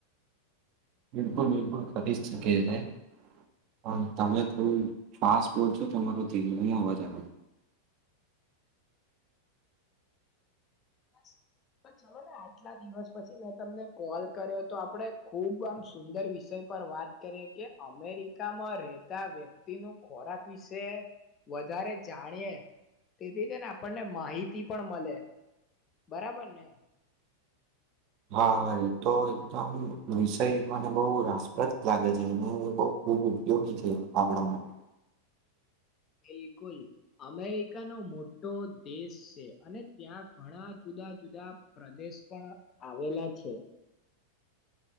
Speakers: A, on the right; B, on the left.
A: બિલકુલ, બિલકુલ ખરીદ શકે છે. પણ તમે થોડું ફાસ્ટ બોલ છો. તમારો ધીરો નઈ અવાજ આવે?
B: બસ તો ચલો ને આટલા દિવસ પછી મેં તમને કોલ કર્યો તો, આપડે ખુબ આમ સુંદર વિષય પર વાત કરીએ કે અમેરિકામાં રેહતા વ્યક્તિનો ખોરાક વિશે વધારે જાણીએ, તેથી છે ન આપણને માહિતી પણ મલે. બરાબર ને.
A: હા હા એતો એકદમ વિષય મને બહ રાસપ્રદ લાગે છે અને બવ ખૂબ ઉપયોગી થયો, પાંગડામાં
B: બિલકુલ. અમેરિકાનો મોટો દેશ છે, અને ત્યાં ઘણા જુદ જુદા જુદા પ્રદેશ પણ આવેલા છે.